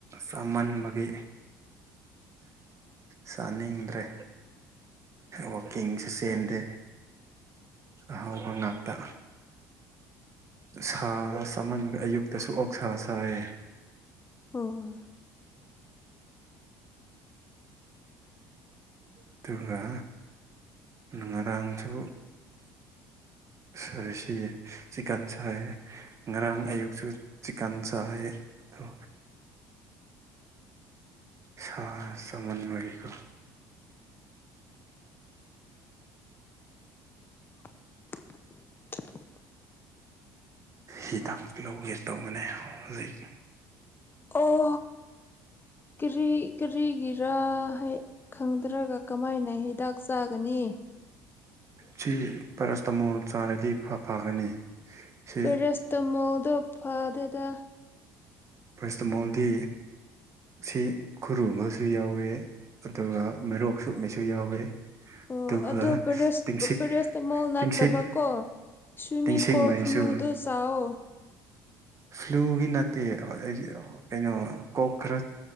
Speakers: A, on the right; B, on the left.
A: ꯆꯥꯃꯟꯕꯒꯤ ꯆꯥꯅꯤꯡꯗ꯭ꯔꯦ ꯋꯀꯤꯡꯁꯨ ꯆꯦꯟꯗꯦ
B: <inaudible>
A: ꯑꯍꯥꯎꯕ ꯉꯥꯛꯇ ꯁꯥ ꯆꯃꯟꯕꯩ ꯑꯌꯨꯛꯇꯁꯨ ꯑꯣꯛ ꯁꯥ ꯆꯥꯏ
B: ꯑꯝ
A: ꯑꯗꯨꯒ ꯉꯔꯥꯡꯁꯨ ꯁꯔ ꯔꯤꯁꯤꯑꯦ ꯆꯤꯀꯟ ꯁꯥꯏꯑꯦ ꯉꯔꯥꯡ ꯑꯌꯨꯛꯁꯨ ꯆꯤꯀꯟ ꯆꯥꯏꯌꯦ ꯊꯣ ꯁꯥ ꯁꯃꯟꯕꯒꯤ ꯀꯣ
B: <inaudible>
A: ꯍꯤꯗꯥꯛ ꯂꯧꯒꯦ ꯇꯧꯕꯅꯦ ꯍꯧꯖꯤꯛ
B: ꯑꯣ ꯀꯔꯤ ꯀꯔꯤꯒꯤꯔ ꯍꯥꯏ ꯈꯪꯗ꯭ꯔꯒ ꯀꯃꯥꯏꯅ ꯍꯤꯗꯥꯛ ꯆꯥꯒꯅꯤ
A: ꯁꯤ ꯄꯦꯔꯥꯁꯇꯃꯣꯜ ꯆꯥꯔꯗꯤ ꯈꯥ ꯐꯒꯅꯤ ꯁꯤ
B: ꯄꯦꯔꯁꯇꯃꯣꯜꯗꯣ ꯐꯥꯗꯦꯗ
A: ꯄꯦꯔꯥꯁꯇꯃꯣꯜꯗꯤ ꯁꯤ ꯈꯨꯔꯨꯃꯕꯁꯨ ꯌꯥꯎꯋꯦ ꯑꯗꯨꯒ ꯃꯔꯣꯛ ꯁꯨꯞꯃꯤꯁꯨ ꯌꯥꯎꯋꯦ
B: ꯑꯣ
A: ꯑꯗꯨꯒ
B: ꯑꯗꯨ ꯄꯔꯥꯁ
A: ꯇꯤꯡꯁꯤꯛ
B: ꯄꯔꯥꯁꯇꯃꯣꯜ ꯅꯠꯇꯕꯀꯣ
A: ꯇꯤꯡꯁꯤꯛ
B: ꯁ꯭ꯌꯨꯃꯤ
A: ꯇꯤꯡꯁꯤꯛ
B: ꯀꯣꯜ
A: ꯃꯩꯁꯨ
B: ꯐ꯭ꯂꯨꯗꯣ ꯆꯥꯑꯣ
A: ꯐ꯭ꯂꯨꯒꯤ ꯅꯠꯇꯦ ꯍꯣꯏ ꯀꯩꯅꯣ ꯀꯣꯛ ꯈꯔ